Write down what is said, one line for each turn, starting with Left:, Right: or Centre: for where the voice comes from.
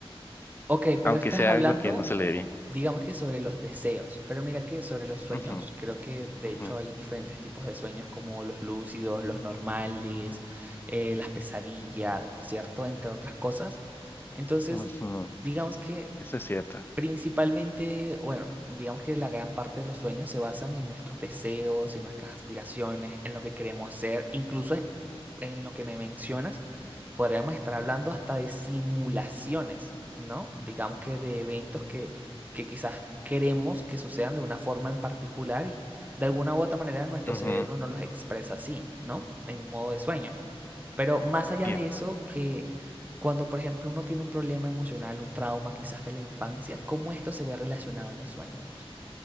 Right: Ok, pero
Left: aunque
Right: esto
Left: sea
Right: es hablando,
Left: algo que no se le dé bien.
Right: digamos que sobre los deseos, pero mira que sobre los sueños,
Left: Ujú,
Right: creo que de
Left: ujú,
Right: hecho hay diferentes tipos de sueños como los lúcidos, los normales, eh, las pesadillas, ¿cierto? Entre otras cosas. Entonces,
Left: ujú,
Right: digamos que
Left: Eso es cierto.
Right: principalmente, bueno, digamos que la gran parte de los sueños se basan en nuestros deseos, en nuestras aspiraciones, en lo que queremos ser, incluso en, en lo que me mencionas, podríamos estar hablando hasta de simulaciones, ¿no? Digamos que de eventos que, que quizás queremos que sucedan de una forma en particular y de alguna u otra manera nuestro
Left: Ujú,
Right: cerebro
Left: ujú,
Right: nos los expresa así, ¿no? En modo de sueño. Pero más allá
Left: tiene-
Right: de eso, que cuando por ejemplo uno tiene un problema emocional, un trauma quizás de la infancia, ¿cómo esto se ve relacionado en los sueños,